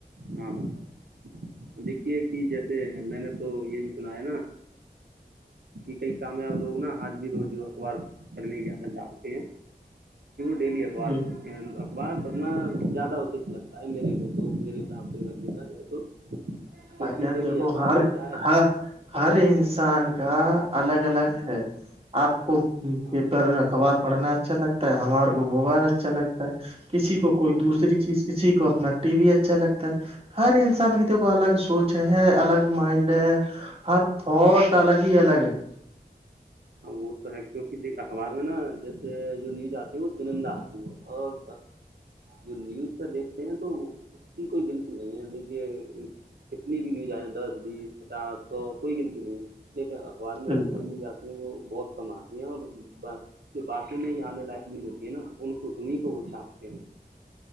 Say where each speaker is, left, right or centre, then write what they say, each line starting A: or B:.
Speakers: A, on the right; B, on the right.
A: ہاں <unintelligible> دیکھیے کہ جیسے میں نے تو یہ بھی سنا ہے نا کہ کئی کامیاب لوگ نا آج بھی روز اخبار پڑھنے کی آدن ڈالتے ہیں ڈیلی اخبار
B: جی
A: پڑھتے اخبار پڑھنا زیادہ ہوتا لگتا ہے میرے کو تو میرے <unintelligible> حساب سے اگر دیکھا جائے تو کی
B: بھائی
A: چیز
B: جان
A: دیکھیے
B: دیکھو
A: اخبار
B: ہر
A: میں کیا ہے
B: ہر ہر انسان کا الگ الگ ہے آپ کو
A: ہاں
B: پیپر میں اخبار پڑھنا اچھا لگتا ہے ہمارے کو موبائل اچھا لگتا ہے کسی کو کوئی دوسری
A: وہ تو
B: چیز
A: ہے
B: کسی کو اپنا ٹی وی اچھا لگتا ہر انسان کی د کو الگ سوچ ہے الگ مائنڈ ہے <unintelligible> ہر تھوٹ الگ ہی الگ ہے <unintelligible>
A: ہاں وہ تو ہے کیونکہ دیک اخبار میں نا جیسے جو نیوز آتی ہے وہ چنندہ آتی ہے اور جو نیوز پہ دیکھتے ہیں تو اس کی کوئی گنتی نہیں ہے دیکھیے کتنی بھی نیوز آئے دس بیس پچاس سو کوئی گنتی نہیں ہے لیکن اخبار میں
B: بالکل
A: جتنی بھی نیوز آتی یہ وہ بہت کم آتی ہیں اور ب جو باقی میں ہی آنے لائق بھی جو ہوتی ہے نا ان کو انہیں کو وہ چھاپتے ہیں